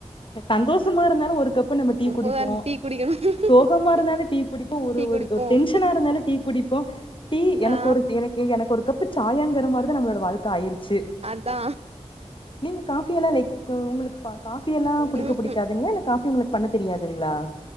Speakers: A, on the left; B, on the right.
A: சந்தோஷமா இருந்தாலு ஒரு கப்பு நம்ம டீ
B: ஒவ்வொரு
A: குடிப்போ
B: டீ குடிக்கணும்
A: சோகமா இருந்தாலு டீ குடிப்போ ஒரு
B: டீ
A: ஒரு
B: குடிப்போம்
A: ஒரு ஷனா இருந்தாலு டீ குடிப்போ டீ எனக்கொரு
B: ஆ
A: எனக் ஏ எனக்கு ஒரு கப்பு சாயங்கர மார் தா நம்மளோட வாழ்க்க ஆயிருச்சி
B: அதா
A: நீங்க காஃபி எல்லா லைக் உங்க உங்களுக்கு பா காபி எல்லா குடிக்க
B: ம்ஹும்.
A: புடிக்காதுங்களா இல்ல காபி உங்களுக்கு பண்ண தெரியாதுங்களா